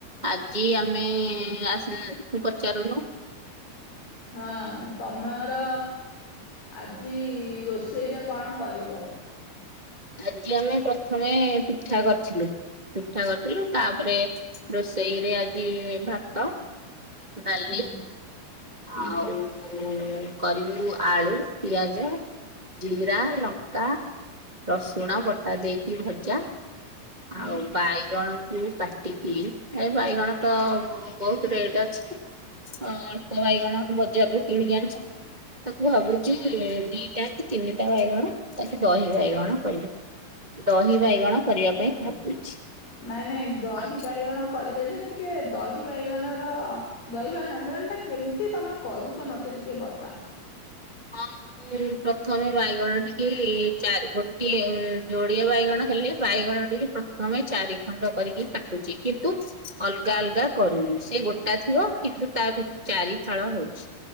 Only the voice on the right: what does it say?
ଆଜି ଆମେ ଆସିଲେ ତୁ ପଚାରୁନୁ।
ଆଜି ଆମେ ପ୍ରଥମେ ପିଠା କରିଥିଲୁ ପିଠା କରିଥିଲୁ ତାପରେ ରୋଷେଇରେ ଆଜି ଭାତ, ଡାଲି
ଆଉ। କରିବୁ ଆଳୁ, ପିଆଜ, ଜିରା, ଲଙ୍କା। ରସୁଣ ବଟା ଦେଇକି ଭଜା
ଆଉ ବାଇଗଣ କୁ କାଟିକି ଏ ବାଇଗଣ ତ ବହୁତ ରେଟ ଅଛି। ହଁ ଅଳ୍ପ ବାଇଗଣ ବଜାରରୁ କିଣିକି ଆଣିଛୁ। ତାକୁ ଭାବୁଚି ଦିଟା କି ତିନିଟା ବାଇଗଣ ତାକୁ ଦହି ବାଇଗଣ କରିବି। ଦହି ବାଇଗଣ କରିବା ପାଇଁ ଭାବୁଛି।
ହଁ
ହଁ ଙ୍କ ପ୍ରଥମେ ବାଇଗଣ ଟିକି ଚାରି ଗୋଟିଏ ଯୋଡ଼ିଏ ବାଇଗଣ ହେଲେ ବାଇଗଣ ଟି ପ୍ରଥମେ ଚାରି ଖଣ୍ଡ କରିକି କାଟୁଚି କିନ୍ତୁ ଅଲଗା ଅଲଗା କରୁନି ସେ ଗୋଟା ଥିବ କିନ୍ତୁ ତା ଭିତ ଚାରି ଫାଳ ହଉଛି।